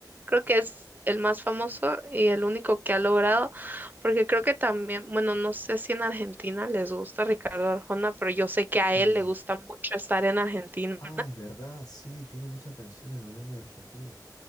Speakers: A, on the right (about 25°); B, on the left (about 55°).
A: creo que es el más famoso y el único que ha logrado, porque creo que también, bueno, no sé si en Argentina les gusta Ricardo Arjona, pero yo sé que a
B: Y,
A: él le gusta mucho estar en Argentina.
B: ah, es verdad, sí, tiene muchas canciones hablando de Argentina.